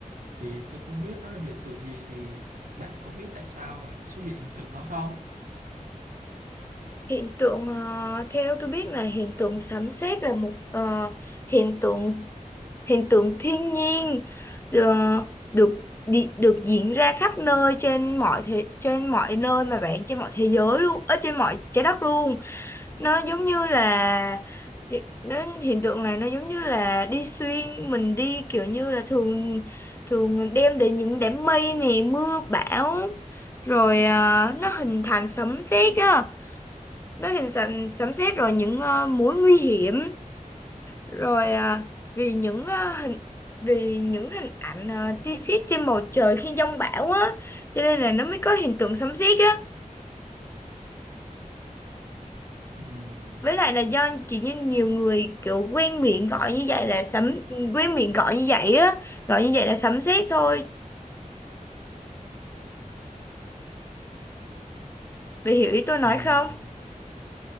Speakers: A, on the right (about 85°); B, on the left (about 15°).
A: Thì tôi không biết đó là hiện tượng gì thì bạn có biết tại sao lại xuất hiện hiện tượng đó không?
B: hiện tượng ờ, theo tôi biết là hiện tượng sấm sét là một ờ, hiện tượng hiện tượng thiên nhiên được được đi- được diễn ra khắp nơi trên mọi thế, trên mọi nơi mà bạn trên mọi thế giới luôn, ở trên mọi trái đất luôn. Nó giống như là nó hiện tượng này nó giống như là đi xuyên mình đi kiểu như là thường thường đem đến những đám mây này mưa bão rồi à, nó hình thành sấm sét á nó hình thành sấm sét rồi những ờ, mối nguy hiểm rồi ờ, vì những ờ, hình vì những hình ảnh uh, tia sét trên bầu trời khi giông bão á cho nên là nó mới có hiện tượng sấm sét á
A: Ừm,
B: với lại là do chỉ như nhiều người kiểu quen miệng gọi như vậy là sấm quen miệng gọi như vậy á gọi như vậy là sấm sét thôi vì hiểu ý tôi nói
A: ừm,
B: không